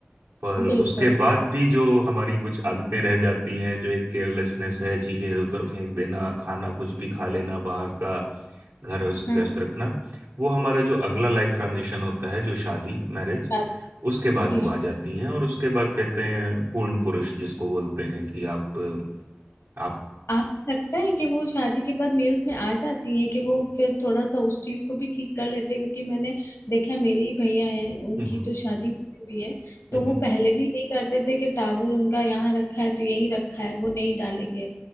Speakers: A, on the right; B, on the left.
A: पर
B: बिल्कुल
A: उसके बाद भी जो हमारी कुछ आदतें रह जाती हैं जो एक केयरलेसनेस है चीजें इधर उधर फेंक देना खाना कुछ भी खा लेना बाहर का घर अस्त
B: हाँ
A: व्यस्त रखना वो हमारा जो अगला लाइफ ट्रांजिशन होता है जो शादी मैरिज
B: शादी
A: उसके बाद
B: जी
A: वो आ जाती हैं और उसके बाद कहते हैं पूर्ण पुरुष जिसको बोलते हैं कि आप आप
B: आपको लगता है कि वो शादी के बाद मेल्स में आ जाती हैं कि वो फिर थोड़ा सा उस चीज को भी ठीक कर लेते हैं क्योंकि मैंने देखा है मेरे ही भैया हैं उनकी
A: हम्म
B: तो शादी हुई है
A: हम्म,
B: तो वो पहले भी यही करते थे कि टावल उनका यहाँ रखा है तो यही रखा है वो नहीं डालेंगे